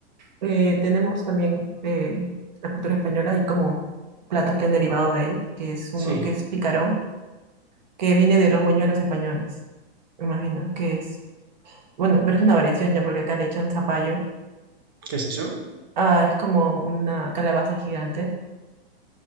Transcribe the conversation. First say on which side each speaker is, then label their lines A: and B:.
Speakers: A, on the right (about 45°); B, on the right (about 20°).
A: eh, tenemos también eh, la cultura española y como platos que han derivado de ahí, que es uno
B: Sí.
A: que es picarón, que viene de los buñuelos españoles, me imagino, que es, bueno, pero es una variación ya porque acá le echan zapallo.
B: ¿Qué es eso?
A: Ah, es como una calabaza gigante